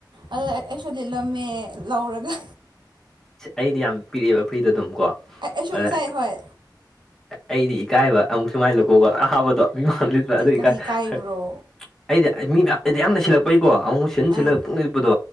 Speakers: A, on the right (about 75°); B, in the centre.
A: ꯑꯗ ꯑꯩ ꯑꯩꯁꯨ ꯂꯤꯠꯂꯝꯃꯦ ꯂꯧꯔꯒ
B: ꯑꯩꯗꯤ ꯌꯥꯝ ꯄꯤꯔꯛꯑꯦꯕ ꯐ꯭ꯔꯤꯗ ꯑꯗꯨꯝ ꯀꯣ
A: ꯑꯩꯁꯨ
B: ꯑꯗ
A: ꯉꯁꯥꯏ ꯍꯣꯏ
B: ꯑꯩꯗꯤ ꯏꯀꯥꯏꯕ ꯑꯃꯨꯛꯁꯨ ꯃꯥꯏ ꯂ‌ꯣꯒ‌ꯣꯒ ꯌꯥꯝ ꯍꯥꯞꯄꯗꯣ ꯃꯤꯃꯥꯡ ꯂꯤꯠ
A: ꯑꯩ
B: ꯑꯗꯨ
A: ꯀꯔꯤ
B: ꯏꯀꯥꯏ
A: ꯀꯥꯏꯕ꯭ꯔꯣ
B: ꯈꯔ ꯑꯩꯗꯤ ꯃꯤ ꯃ ꯑꯩꯗꯤ ꯌꯥꯝ ꯂꯩꯁꯤꯜꯂꯛꯄꯩꯀꯣ ꯑꯃꯨꯛ ꯁꯤꯟ ꯁꯤꯜꯂꯒ
A: ꯑꯥ
B: ꯄꯪꯂꯤꯠ ꯂꯤꯠꯄꯗꯣ